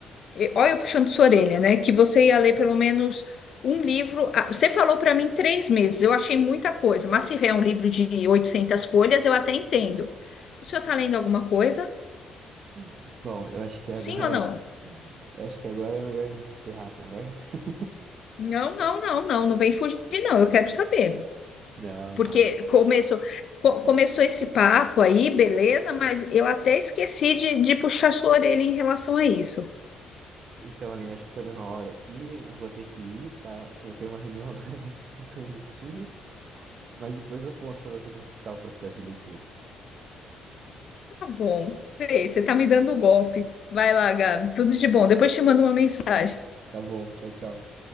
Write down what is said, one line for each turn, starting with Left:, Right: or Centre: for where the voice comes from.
Left: eh, olha eu puxando sua orelha, né? Que você ia ler pelo menos um livro. ah, Você falou para mim três meses, eu achei muita coisa, mas se vier um livro de 800 folhas, eu até entendo. O senhor está lendo alguma coisa?
Right: <laughs> Bom, eu acho que agora.
Left: Sim ou não?
Right: Eu acho que agora é melhor a gente encerrar a conversa. <laughs>
Left: Não, não, não, não, não vem fugir, não, eu quero saber.
Right: Não,
Left: Porque
Right: não, eu.
Left: começou, co- começou esse papo aí, beleza, mas eu até esqueci de, de puxar sua orelha em relação a isso.
Right: Então, Aline, acho que tá dando a hora aqui. Eu vou ter que ir, tá? Eu Vou ter uma reunião agora <laughs> daqui cinco minutinhos. Mas depois eu conto pra você como que tá o processo de leitura.
Left: Tá bom, sei, você tá me dando um golpe. Vai lá, Gabi, tudo de bom. Depois te mando uma mensagem.
Right: Tá bom, tchau, tchau.